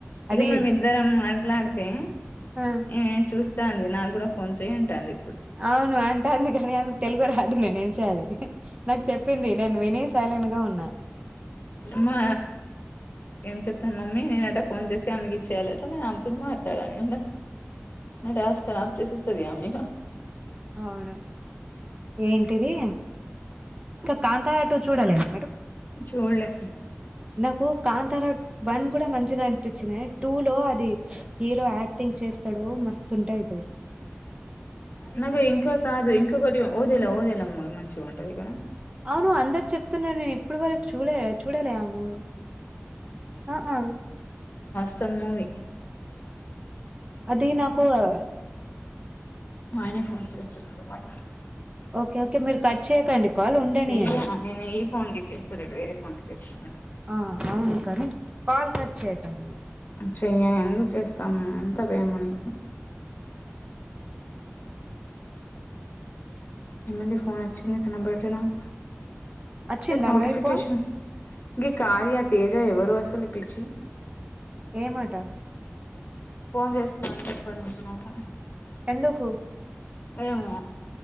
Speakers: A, on the left; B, on the right.
A: ఇగ
B: అది
A: మే ఇద్దర మాట్లాడితే
B: ఆ
A: ఏ చూస్తా అంది నాకు కూడా ఫోన్ చేయంటాంది
B: అవును అంటే అంది కాని ఆమె తెలుగు రాదు నేను ాలి నాకు చెప్పింది నేను వినేయ్ సైలెంట్ గా ఉన్నా
A: మా ఏం చెప్తాను మమ్మీ నేనట ఫోన్ చేసి ఆమెకి ఇచ్చేయాలిట నేను అమ్తోని మాట్లాడనింట నంటే ఆస్కరాప్ చేసిస్తదియా మీ
B: అవును ఏంటిది ఇంకా కాంతారాట చూడాలద మీరు
A: చూడలే
B: నాకు కాంతారావు వన్ కూడా మంచిగా అనిపించింది టూ లో అది హీరో యాక్టింగ్ హీరో యాక్టింగ్ మస్త్ ఉంతది
A: నాక ఇంకా కాదు ఇంకొకటి ఓదేలా ఓదేలా మ మంచిగా ఉంటుది క
B: అవును అందరు చెప్తున్న నేను ఇప్పుడు వరకు చూడలేము ఆ ఆ
A: సమూవి
B: అది నాకు ఆ
A: మాయనే ఫోన్ చేస్తున్నాడు బ
B: ఓకే ఓకే మీరు కట్ చేయకండి కాల్ ఉండనియండి
A: స అనే న ఫోన్ చేస్త రెడ్ వే ఫోన్ చేస్త
B: ఆ అవును కానీ కల్ కట్ కక
A: చెయ్యని ఎందుకు చేస్తాము ఎంత భేమో నీకు ఏమంది ఫోన్ వచ్చింది ఇ నంబర్లో నాకు
B: వచ్చిందా
A: నాకు నోటిఫికేషన్
B: మరి ఫోన్
A: ఇంక కార్ ఆ తేజ ఎవరు అసలు ఈ పిచి
B: ఏ మాట
A: ఫోన్ చేస్తాను ఎప్పటి నుంచి మాకు
B: ఎందుకు
A: ఏమో